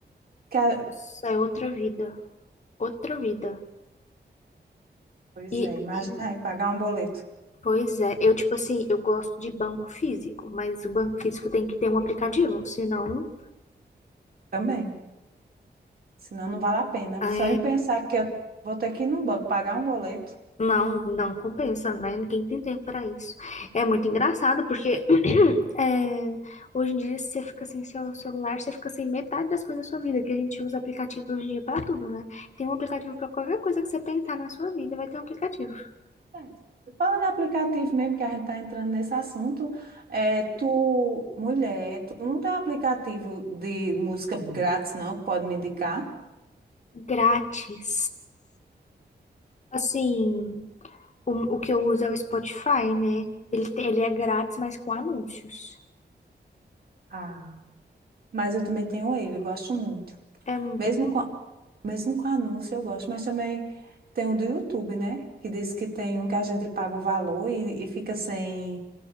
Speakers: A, on the right; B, on the left.
A: que a-
B: Isso é outra vida. Outra vida.
A: Pois
B: E,
A: é, imagina
B: e,
A: aí pagar um boleto
B: pois é, eu tipo assim, eu gosto de banco físico, mas o banco físico tem que ter um aplicativo, senão
A: também. Senão não vale a pena.
B: é,
A: Só em pensar que eu vou ter que ir num banco pagar um boleto.
B: Não, não compensa, né? Ninguém tem tempo para isso. É muito
A: É.
B: engraçado porque <clears throat> é, hoje em dia, se você fica sem seu celular, você fica sem metade das coisas da sua vida, que a gente usa aplicativo hoje em dia para tudo, né? Tem um aplicativo para qualquer coisa que você pensar na sua vida, vai ter um aplicativo
A: É. Falando em aplicativo mesmo, que a gente está entrando nesse assunto, é, tu, mulher, tu não tem aplicativo de música grátis, não, que pode me indicar?
B: grátis. Assim, o, o que eu uso é o Spotify, né? Ele, tem- ele é grátis, mas com anúncios.
A: Ah, Mas eu também tenho ele, eu gosto muito.
B: É muito
A: Mesmo
B: bom
A: com, Mesmo com anúncio eu gosto, mas também tem um do YouTube, né? Que diz que tem um que a gente paga um valor e, e fica sem,